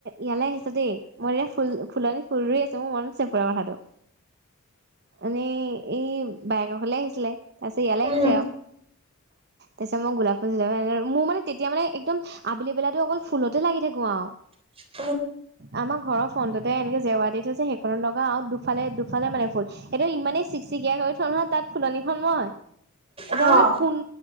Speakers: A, on the right (about 50°); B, on the right (about 25°).
A: ইয়ালৈ আহিছে দেই, মই এয়া ফুল ফুলনি ফুল ৰুই আছো মোৰ মনত আছে ফুৰাৰ কথাটো। এনেই এই বাইকৰ ঘৰলে আহিছিলে তাছত ইয়ালৈ
B: উম
A: আহিছে আও। তাৰপিছত মই গোলাপ ফুল <unintelligible> মোৰ মানে তেতিয়া মানে একদম আবেলি বেলাতো অকল ফুলতে লাগি থাকো আও।
B: <inaudible>
A: আমাৰ ঘৰৰ ফাউনটোতে এনেকে জেওৱা দি থৈ যে সেইখনত লগা আৰু দুফালে দুফালে মানে ফুল। সেটো ইমানেই চিকচিকিয়া কৰি থও নহয় তাত ফুলনিখন মই, এতিয়া
B: অ অ
A: মানে কোন